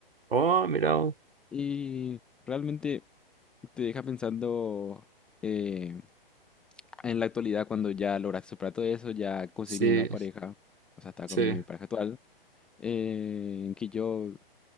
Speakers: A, on the right; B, in the centre.
A: Oh, mira, oh,
B: Y realmente te deja pensando eh, en la actualidad cuando ya lograste superar todo eso, ya conseguí
A: sí,
B: mi nueva pareja, o sea, estaba
A: sí,
B: con mi pareja actual, eh, que yo